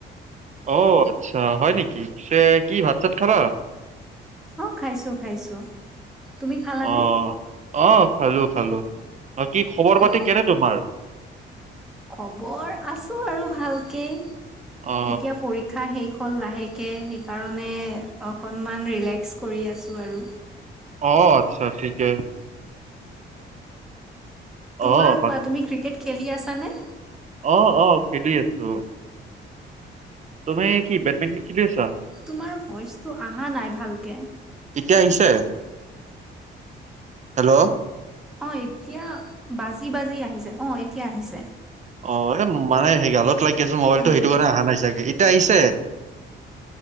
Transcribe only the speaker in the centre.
অ খাইছো খাইছো। তুমি খালানে?
অ
খবৰ আছো আৰু ভালকে এতিয়া
পৰা ক্ষা শেষ হ'ল লাহেকে সেইকাৰণে অকণমান ৰিলেক্স কৰি আছোঁ আৰু।
তোমাৰ
কোৱা তুমি ক্ৰিকেট খেলি আছা নে?
তোমাৰ ভইচটো অহা নাই ভালকে।
অ এতিয়া বাজি বাজি আহিছে, অ এতিয়া আহিছে।
হেল্ল'